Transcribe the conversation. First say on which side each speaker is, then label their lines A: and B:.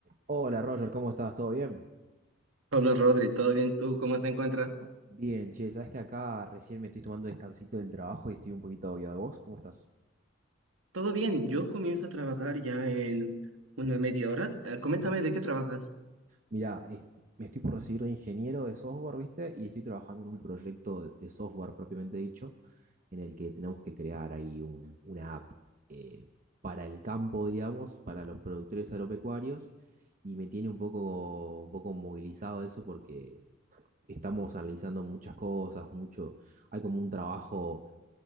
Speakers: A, on the right; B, on the right.
A: Hola Roger, ¿cómo estás? ¿Todo bien?
B: Hola Rodri, ¿todo bien? ¿Tú cómo te encuentras?
A: Bien, che, sabes que acá recién me estoy tomando descansito del trabajo y estoy un poquito obvio de vos. ¿Cómo estás?
B: Todo bien, yo comienzo a trabajar ya en una media hora. Eh, coméntame
A: Ajá.
B: de qué trabajas.
A: Mirá, eh, me estoy por recibir de ingeniero de software, ¿viste? Y estoy trabajando en un proyecto de, de software propiamente dicho, en el que tenemos que crear ahí un- una app eh, para el campo, digamos, para los productores agropecuarios. Y me tiene un poco, un poco movilizado eso porque estamos analizando muchas cosas, mucho, hay como un trabajo